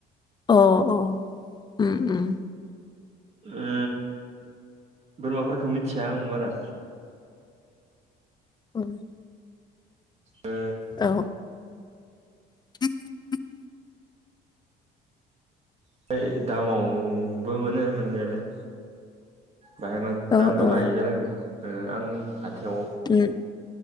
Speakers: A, on the left (about 25°); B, on the right (about 40°).
A: अ अ उम उम
B: ओ बोरमाफोरखो मिथिया आं बारा।
A: <inaudible>
B: ओ
A: औ <inaudible>
B: ओमफाय दामावबो मोनो मोननायालाय। बाहाय मान
A: औ
B: दामबो
A: औ
B: लायो जानांगो ओ आं हाथायाव
A: <inaudible>